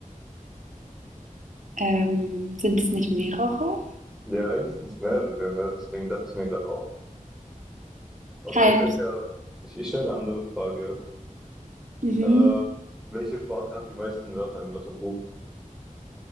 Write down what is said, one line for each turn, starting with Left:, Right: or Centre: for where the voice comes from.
Right: Ähm, sind es nicht mehrere?
Centre: Ja, eigentlich sind es mehrere, ne? Deswegen dachte ich mir gerade auch. Oder
Right: Halt,
Centre: in welcher, ich, ich stelle eine andere Frage.
Right: mhm.
Centre: Ähm, welche Sprache hat die meisten Wörter im Wörterbuch?